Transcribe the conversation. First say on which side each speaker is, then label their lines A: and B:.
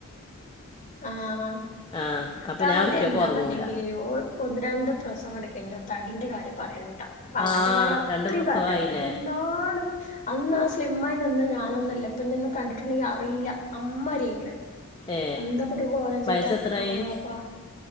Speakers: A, on the left; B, on the left.
A: ആഹ
B: ആ അപ്പം
A: തടി
B: ഞാൻ ഉച്ചക്ക്
A: എന്താ
B: ഉറങ്ങൂല
A: പറഞ്ഞെങ്കില് ഒന്ന് രണ്ട് രസംടുക്ക കഴിഞ്ഞൽ തടിന്റെ കാര്യം പറയണ്ട് പള്ളന്റെ
B: ആ
A: കാര്യം അത്രയും
B: രണ്ട് പ്രസവമായില്ലേ
A: പറയാനണ്ട എന്താണ് അന്ന് ആ സ്ലിമ്മായി നിന്ന ഞാനൊന്നുമല്ല ഇപ്പന്ന് കണ്ടിട്ടുണ്ടെങ്കി അറിയില്ല അമ്മ് അരയിക്കണെ
B: ഏ
A: എന്താ പിന്നെ കോലചിട്ടാ
B: വയസ്സ് എത്രയായി
A: ആഹ അപ്പാ